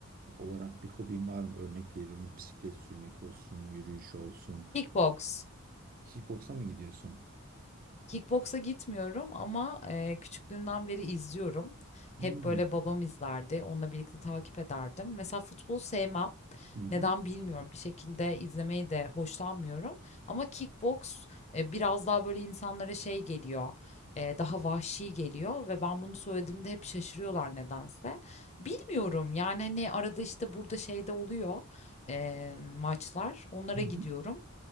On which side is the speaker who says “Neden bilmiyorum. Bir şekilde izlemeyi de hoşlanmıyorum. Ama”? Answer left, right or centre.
Left